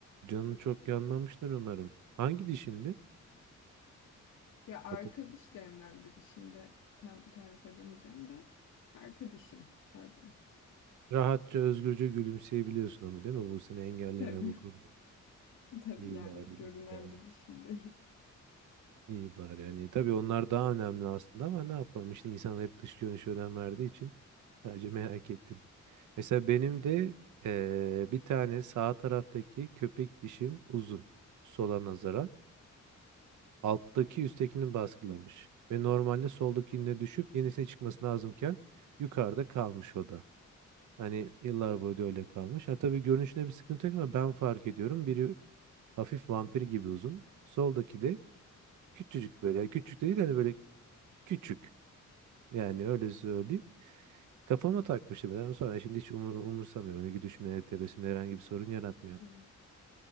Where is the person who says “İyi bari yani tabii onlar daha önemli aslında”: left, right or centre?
Right